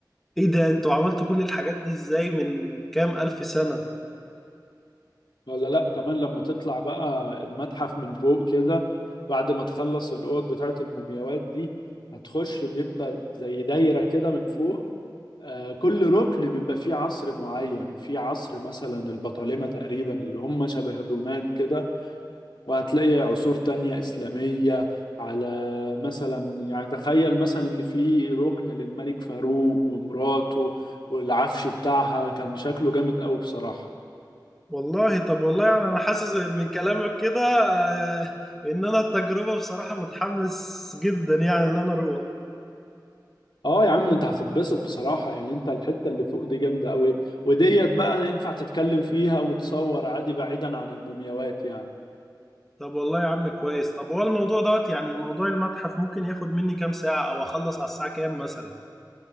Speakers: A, in the centre; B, on the left.
A: ايه ده انتوا عملتوا كل الحاجات دي ازاي من كام الف سنة
B: ولا لا كمان لما تطلع بقى المتحف من فوق كده بعد ما تخلص الاوض بتاعت المومياوات دي هتخش بيبقى زي دايرة كده من فوق آه، كل ركن بيبقى فيه عصر معين في عصر مثلا البطالمة تقريبا اللي هم شبه الرومان كده وهتلاقي عصور تانية إسلامية على مثلا يعني تخيل مثلا إن في ركن للملك فاروق ومراته والعفش بتاعها كان شكله جامد قوي بصراحة
A: والله طب والله يعني انا حاسس من كلامك كده آه، ان انا التجربة بصراحة متحمس جدا يعني ان انا اروح
B: اه يا عم انت هتتبسط بصراحة يعني انت الحتة اللي فوق دي جامدة قوي وديت بقى ينفع تتكلم فيها وتصور عادي بعيدا عن المومياوات يعني
A: طب والله يا عم كويس طب هو الموضوع دوت يعني موضوع المتحف ممكن ياخد مني كام ساعة او اخلص على الساعة كام مثلا